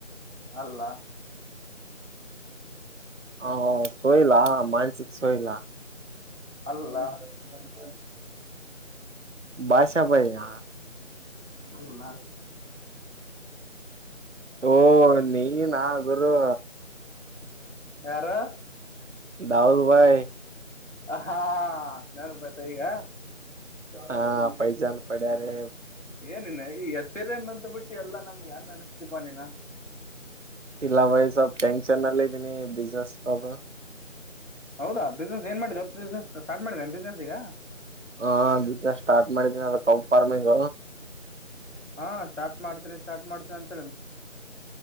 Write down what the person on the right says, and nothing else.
ಹಾ ಸೋಹಿಲ್ಲ ಮಾನ್ಸಿಕ್ ಸೋಹಿಲ್ಲ
<unintelligible> ಭಾಷಾ ಬಾಯ್ ಯ
ಓ ನೀನಾ ಗುರು
ದಾವುಲ್ ಬಾಯಿ
ಹಾ ಪೈಜಾನ್ ಪಡೆಯಿರಿ
ಇಲ್ಲ ಬಾಯ್ ಸ್ವಲ್ಪ ಟೆನ್ಶನ್ ನಲ್ಲಿದ್ದೀನಿ ಬಿಸ್ನೆಸ್ ಪ್ರಾಬ್ಲಮ್.
ಹಾ ಅದ್ ಬಿಸ್ನೆಸ್ ಸ್ಟಾರ್ಟ್ ಮಾಡಿದಿನಿ ಅದ ಕೌ ಫಾರ್ಮಿಂಗ.